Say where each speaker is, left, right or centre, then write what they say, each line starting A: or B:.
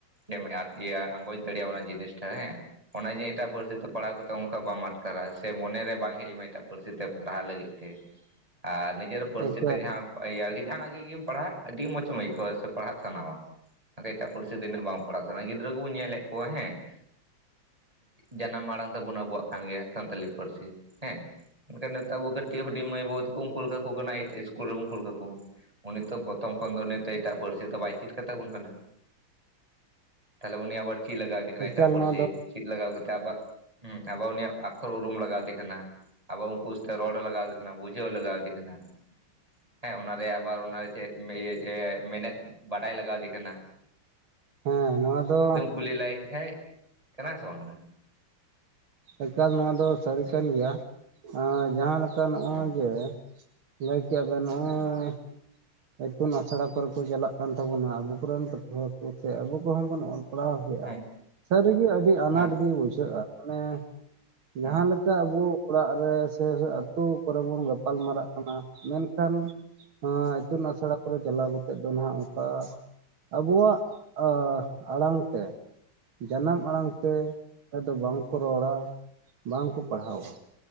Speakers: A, on the right (about 15°); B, on the right (about 75°).
A: ᱡᱮᱢ ᱤᱭᱟᱹ ᱟᱸᱜᱚᱪ ᱫᱟᱲᱮᱼᱟ ᱚᱱᱟ ᱡᱤᱱᱤᱥᱴᱟ ᱦᱮᱸ ᱾ ᱚᱱᱮ ᱡᱮ ᱮᱴᱟᱜ ᱯᱟᱹᱨᱥᱤ ᱛᱮ ᱯᱟᱲᱦᱟᱣ ᱠᱟᱛᱮᱜ ᱚᱱᱠᱟ ᱵᱟᱢ ᱟᱴᱠᱟᱨᱟ ᱥᱮ ᱢᱚᱱᱮᱨᱮ ᱵᱟᱝ ᱦᱮᱡᱢᱟ ᱮᱴᱟᱜ ᱯᱟᱹᱨᱥᱤ ᱛᱮ ᱯᱟᱲᱦᱟᱜ ᱞᱟᱹᱜᱤᱫ ᱛᱮ ᱾ ᱟᱨ ᱱᱤᱡᱮᱨᱟᱜ ᱯᱟᱹᱨᱥᱤ
B: ᱮᱠᱟᱞ
A: ᱛᱮ ᱡᱟᱦᱟᱸ <inaudible> ᱡᱟᱦᱟᱱᱟᱜ ᱜᱤ ᱜᱤᱢ ᱯᱟᱲᱦᱟᱜ ᱟᱹᱰᱤ ᱢᱚᱸᱡᱽ ᱮᱢ ᱟᱹᱭᱠᱟᱹᱣᱟ ᱥᱮ ᱯᱟᱲᱦᱟᱜ ᱥᱟᱱᱟᱣᱟ ᱾ ᱟᱨ ᱮᱴᱟᱜ ᱯᱟᱹᱨᱥᱤ ᱛᱤᱱᱟᱹᱜ ᱵᱟᱝ ᱯᱟᱲᱟᱜᱟᱣ ᱥᱟᱱᱟ ᱜᱤᱫᱽᱨᱟᱹ ᱠᱩᱵᱚ ᱧᱮᱞᱮᱜ ᱠᱚᱣᱟ ᱦᱮᱸ ᱾ ᱡᱟᱱᱟᱢ ᱟᱲᱟᱝ ᱛᱟᱵᱚᱱ ᱟᱵᱚᱣᱟᱜ ᱠᱟᱱ ᱜᱮᱭᱟ ᱥᱟᱱᱛᱟᱞᱤ ᱯᱟᱹᱨᱥᱤ ᱾ ᱦᱮᱸ, ᱢᱮᱱᱠᱷᱟᱱ ᱱᱤᱛᱚᱜ ᱟᱵᱚ ᱠᱟᱹᱴᱤᱡ ᱦᱩᱰᱤᱝ ᱢᱟᱹᱭ ᱵᱟᱹᱵᱩ ᱛᱟᱹᱠᱩ ᱩᱱᱠᱩᱞ ᱠᱟᱠᱚ ᱠᱟᱱᱟ ᱤᱴ-ᱤᱥᱠᱩᱞ ᱨᱮᱵᱚᱱ ᱠᱩᱞ ᱠᱟᱠᱚ <unintelligible> ᱩᱱᱤ ᱛᱚ ᱯᱨᱚᱛᱷᱚᱢ ᱠᱷᱚᱱ ᱫᱚ ᱩᱱᱤ ᱮᱴᱟᱜ ᱯᱟᱹᱨᱥᱤ ᱫᱚ ᱵᱟᱭ ᱪᱮᱫ ᱠᱟᱫ ᱛᱟᱵᱚᱱ ᱠᱟᱱᱟ ᱾ ᱛᱟᱦᱚᱞᱮ ᱩᱱᱤ ᱟᱵᱟᱨ ᱪᱮᱫ ᱞᱟᱜᱟᱣ ᱫᱮ ᱠᱟᱱᱟ
B: ᱮᱠᱟᱞ
A: ᱮᱴᱟᱜ ᱯᱟᱹᱨᱥᱤ
B: ᱱᱚᱣᱟ ᱫᱚ
A: ᱪᱮᱫ ᱞᱟᱜᱟᱣ ᱠᱟᱛᱮᱫ ᱟᱵᱚᱣᱜ ᱾ ᱦᱸ ᱟᱵᱟᱨ ᱩᱱᱤᱭᱟᱜ ᱟᱠᱷᱚᱨ ᱩᱨᱩᱢ ᱞᱟᱜᱟᱣ ᱟᱫᱮ ᱠᱟᱱᱟ ᱾ ᱟᱵᱚ ᱩᱱᱠᱩ ᱥᱟᱶᱛᱮ ᱨᱚᱲ ᱞᱟᱜᱟᱣ ᱟᱫᱮ ᱠᱟᱱᱟ ᱵᱩᱡᱷᱟᱹᱣ ᱞᱟᱜᱟ ᱟᱫᱮ ᱠᱟᱱᱟ ᱾ ᱦᱮᱸ ᱚᱱᱟᱨᱮ ᱟᱵᱟᱨ ᱚᱱᱟ ᱪᱮᱫ ᱤᱭᱟᱹ ᱢᱮᱱᱮᱫ ᱵᱟᱰᱟᱭ ᱞᱟᱜᱟᱣ ᱟᱫᱮ ᱠᱟᱱᱟ ᱾
B: ᱦᱮᱸ ᱱᱚᱣᱟ ᱫᱚ
A: ᱠᱩᱞᱤ ᱞᱟᱭ ᱠᱷᱟᱡ ᱠᱟᱱᱟ ᱥᱮ ᱵᱟᱝ ᱠᱟᱱᱟ
B: ᱮᱠᱟᱞ ᱱᱚᱣᱟ ᱫᱚ ᱥᱟᱹᱨᱤ ᱠᱟᱱ ᱜᱮᱭᱟ ᱡᱟᱦᱟᱸ ᱞᱮᱠᱟ ᱱᱚᱜᱼᱚᱭ
A: ᱦᱩᱸ
B: ᱡᱮ ᱾ ᱞᱟᱹᱭ ᱠᱮᱫᱴᱜ ᱟᱵᱮᱱ ᱱᱚᱜᱼᱚᱭ
A: ᱦᱮᱸ
B: ᱾ ᱤᱛᱩᱱ ᱟᱥᱲᱟ ᱠᱚᱨᱮ ᱠᱚ ᱪᱟᱞᱟᱜ ᱠᱟᱱ ᱛᱟᱵᱚᱱᱟ ᱟᱵᱚ ᱠᱚᱨᱮᱱ ᱯᱟᱹᱴᱷᱩᱣᱟᱹ ᱠᱚ ᱥᱮ ᱟᱵᱚ ᱠᱚᱦᱚᱸ ᱵᱚᱱ ᱥᱟᱯᱲᱟᱣ ᱠᱮᱫᱼᱟ
A: ᱦᱮᱸ
B: ᱥᱟᱹᱨᱤ ᱜᱮ ᱟᱹᱰᱤ ᱟᱱᱟᱴ
A: ᱦᱮᱸ
B: ᱜᱮ ᱵᱩᱡᱷᱟᱹᱜᱼᱟ ᱢᱟᱱᱮ ᱡᱟᱦᱟᱸ
A: ᱦᱮᱸ
B: ᱞᱮᱠᱟ ᱟᱵᱚ ᱚᱲᱟᱜ ᱨᱮ ᱥᱮ ᱟᱹᱛᱳ ᱠᱚᱨᱮ ᱵᱚᱱ ᱜᱟᱯᱟᱞ ᱢᱟᱨᱟᱜ ᱠᱟᱱᱟ ᱢᱮᱱᱠᱷᱟᱱ ᱮᱸ ᱟᱥᱲᱟ ᱠᱚᱨᱮ ᱪᱟᱞᱟᱣ ᱠᱟᱛᱮᱫ ᱫᱚ ᱱᱟᱦᱟᱜ ᱚᱝᱠᱟ ᱟᱵᱚᱣᱟᱜ ᱮᱸ ᱟᱲᱟᱝ ᱛᱮ ᱡᱟᱱᱟᱢ ᱟᱲᱟᱝ ᱛᱮ ᱟᱫᱚ ᱵᱟᱝ ᱠᱚ ᱨᱚᱲᱟ ᱵᱟᱝ ᱠᱚ ᱯᱟᱲᱦᱟᱣᱟ